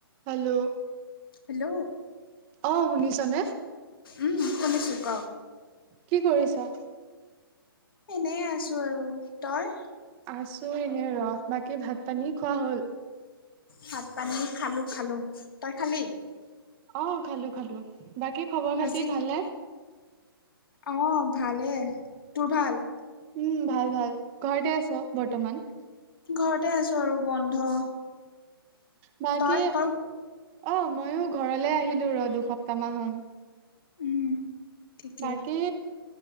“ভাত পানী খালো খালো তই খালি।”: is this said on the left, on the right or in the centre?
Left